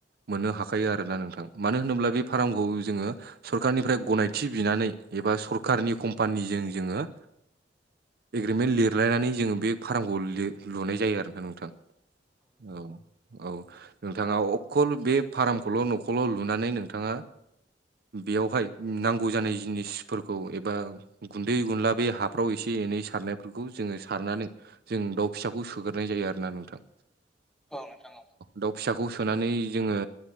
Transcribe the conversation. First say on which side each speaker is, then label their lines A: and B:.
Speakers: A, on the right; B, in the centre.
A: मोननो हाखायो आरोना नोंथां। मानो होनोब्ला बे फार्मखौ जोङो सरखारारनिफ्राय गनायथि बिनानै एबा सरखारारनि कम्पानिजों जोङो एग्रिमेन्ट लिरलायनानै जोङो बे फार्मखौ लुनाय जायो आरोना नोंथां। औ औ नोंथाङा अखल बे फार्मखौल' न'खर ल' लुनानै नोंथाङा बेयावहाय नांगौ जानाय जिनिसफोरखौ एबा गुन्दै गुला बे हाफ्राव एसे एनै सारनायफोरखौ जोंङो सारनानै जों दाउ फिसाखौ सोगोरनाय जायो आरोना नोंथां।
B: औ नोंथां औ।
A: दाउ फिसाखौ सोनानै जोंङो